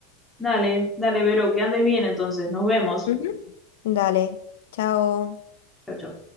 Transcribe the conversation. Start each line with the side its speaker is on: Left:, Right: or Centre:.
Centre: Dale, dale, Vero, que andes bien entonces, nos vemos.
Left: Ujú. Dale, chao.
Centre: Chau, chau.